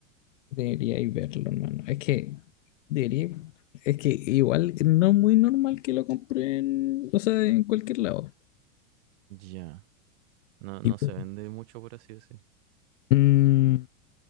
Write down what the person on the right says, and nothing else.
Ya, No, no
se vende mucho, por así decir.